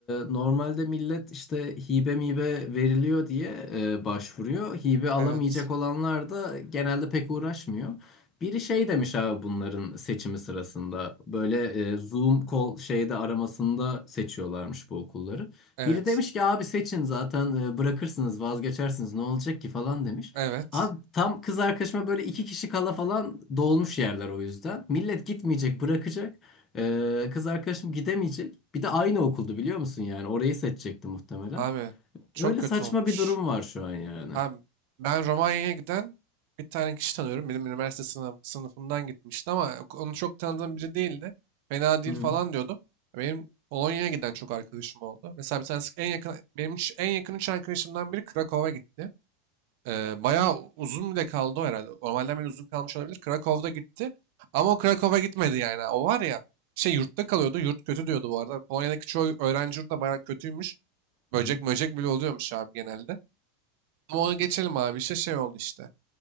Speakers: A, on the left (about 35°); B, on the right (about 60°).
A: Ee, normalde millet işte hibe mibe veriliyor diye e, başvuruyor. Hibe alamayacak
B: Evet.
A: olanlar da genelde pek uğraşmıyor. Biri şey demiş abi bunların seçimi sırasında. Böyle e, Zoom call şeyde aramasında seçiyorlarmış bu okulları.
B: Evet.
A: Biri demiş ki abi seçin zaten e, bırakırsınız vazgeçersiniz ne olacak ki falan demiş.
B: Evet.
A: Abi tam kız arkadaşıma böyle iki kişi kala falan dolmuş yerler o yüzden. Millet gitmeyecek bırakacak. Ee, kız arkadaşım gidemeyecek. Bir de aynı okuldu biliyor musun yani? Orayı seçecekti muhtemelen.
B: Abi çok
A: Öyle
B: kötü
A: saçma
B: olmuş.
A: bir durum var şu an yani.
B: Abi ben Romanya'ya giden bir tane kişi tanıyorum. Benim üniversite sınıf, sınıfımdan gitmişti ama onu çok tanıdığım biri değildi. Fena değil
A: Hı hı,
B: falan diyordu. Benim Polonya'ya giden çok arkadaşım oldu. Mesela bir tanesi en yakın, benim üç- en yakın üç arkadaşımdan biri Krakow'a gitti. Ee, bayağı uzun bile kaldı o herhalde. Normalden bile uzun kalmış olabilir. Krakow'da gitti. Ama o Krakow'a gitmedi yani. O var ya şey yurtta kalıyordu. Yurt kötü diyordu bu arada. Polonya'daki çoğu öğrenci yurdu da bayağı kötüymüş. Böcek
A: hı hı,
B: möcek bile oluyormuş abi genelde. Ama onu geçelim abi. İşte şey oldu işte.